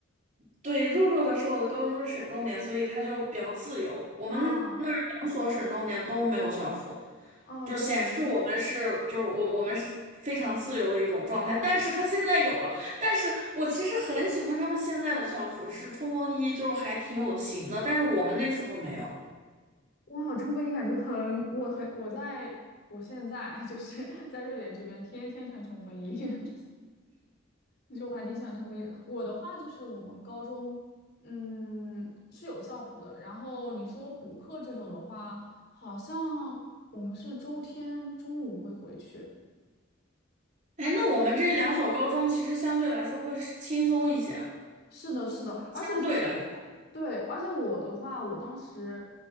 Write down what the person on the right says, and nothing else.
对，弱弱的说，我的高中是省重点，所以他就比较自由。我们那儿两所省重点都没有校服，
就显示我们是就是我我们是非常自由的一种状态。
但是他现在有了，但是我其实很喜欢他们现在的校服，是冲锋衣，就是还挺有型的。但是我们那时候没有。
哎，那我们这两所高中其实相对来说会是轻松一些，
相对来说，